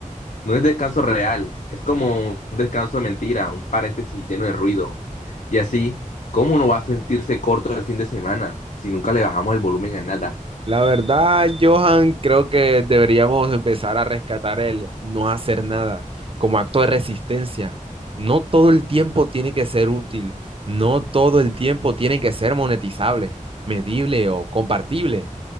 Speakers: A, on the left; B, on the right.
A: No es descanso real, es como un descanso de mentira, un paréntesis lleno de ruido. Y así, ¿cómo no va a sentirse corto el fin de semana si nunca le bajamos el volumen a nada?
B: La verdad, Johan, creo que deberíamos empezar a rescatar el no hacer nada como acto de resistencia. No todo el tiempo tiene que ser útil, no todo el tiempo tiene que ser monetizable, medible o compartible.